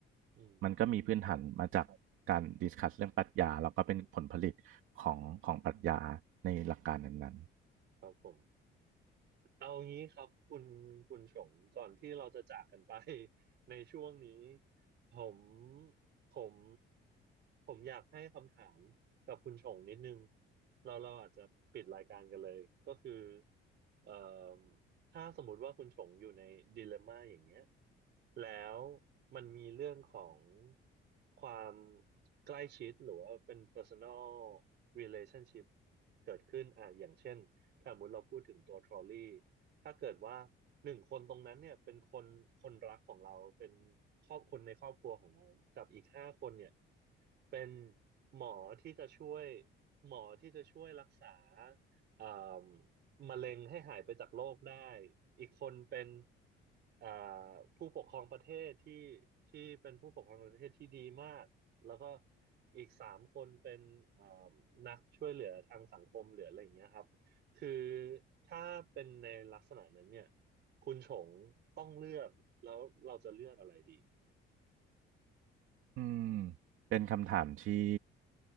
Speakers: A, on the right (about 55°); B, on the right (about 75°).
A: อืม
B: มันก็มีพื้นฐานมาจากการดิสคัสเรื่องปรัชญาแล้วก็เป็นผลผลิตของของปรัชญาในหลักการนั้น
A: ครับอืมครับผม เอางี้ครับคุณคุณชงก่อนที่เราจะจากกันไป <laughs> ในช่วงนี้ผมผมผมอยากให้คำถามกับคุณชงนิดนึงเราเราอาจจะปิดรายการกันเลยก็คือเอ่อถ้าสมมติว่าคุณชงอยู่ในดิเลมม่าอย่างเงี้ยแล้วมันมีเรื่องของความใกล้ชิดหรือว่าเป็น personal relationship เกิดขึ้นอ่ะอย่างเช่น ถ้าสมมติเราพูดถึงตัวทรอลลี่ถ้าเกิดว่าหนึ่งคนตรงนั้นเนี่ยเป็นคนคนรักของเราเป็นครอบคนในครอบครัวของเรา กับอีกห้าคนเนี่ยเป็นหมอที่จะช่วยหมอที่จะช่วยรักษาเอ่มมะเร็งให้หายไปจากโลกได้ อีกคนเป็นเอ่อผู้ปกครองประเทศที่ที่เป็นผู้ปกครองประเทศที่ดีมาก แล้วก็อีกสามคนเป็นเอ่มนักช่วยเหลือทางสังคมเหลืออะไรอย่างเงี้ยครับ คือถ้าเป็นในลักษณะนั้นเนี่ยคุณชงต้องเลือกแล้วเราจะเลือกอะไรดี
B: ๆอืมเป็นคำถามที่